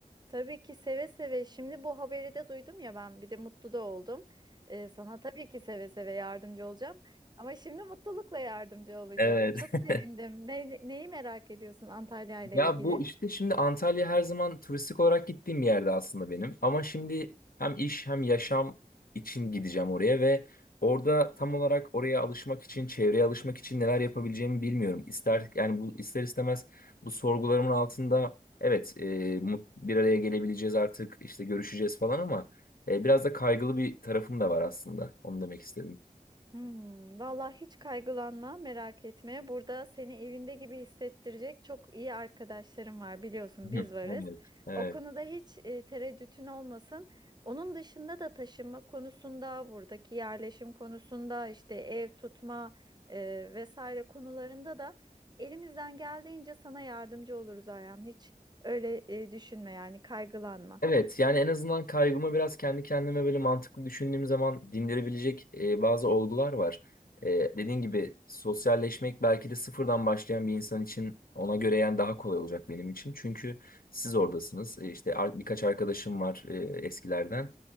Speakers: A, on the right (about 30°); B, on the left (about 75°).
A: Tabii ki seve seve. Şimdi bu haberi de duydum ya ben bir de mutlu da oldum. Ee, sana tabii ki seve seve yardımcı olacağım. Ama şimdi mutlulukla yardımcı olacağım.
B: Evet.
A: Çok
B: <laughs>
A: sevindim. Ne, neyi merak ediyorsun Antalya ile
B: Ya
A: ilgili?
B: bu işte şimdi Antalya her zaman turistik olarak gittiğim bir yerde aslında benim. Ama şimdi hem iş hem yaşam için gideceğim oraya ve orada tam olarak oraya alışmak için, çevreye alışmak için neler yapabileceğimi bilmiyorum. İster yani bu ister istemez bu sorgularımın altında evet e, mut- bir araya gelebileceğiz artık işte görüşeceğiz falan ama e, biraz da kaygılı bir tarafım da var aslında. Onu demek istedim.
A: Hmm, vallahi hiç kaygılanma, merak etme. Burada seni evinde gibi hissettirecek çok iyi arkadaşlarım var. Biliyorsun
B: Hı,
A: biz varız.
B: Evet, evet.
A: O konuda hiç e, tereddütün olmasın. Onun dışında da taşınma konusunda, buradaki yerleşim konusunda, işte ev tutma e, vesaire konularında da elimizden geldiğince sana yardımcı oluruz Ayhan. Hiç öyle e, düşünme yani kaygılanma.
B: Evet, yani en azından kaygımı biraz kendi kendime böyle mantıklı düşündüğüm zaman dindirebilecek e, bazı olgular var. E, dediğin gibi sosyalleşmek belki de sıfırdan başlayan bir insan için ona göre yani daha kolay olacak benim için. Çünkü siz oradasınız. E, işte ar- birkaç arkadaşım var e, eskilerden.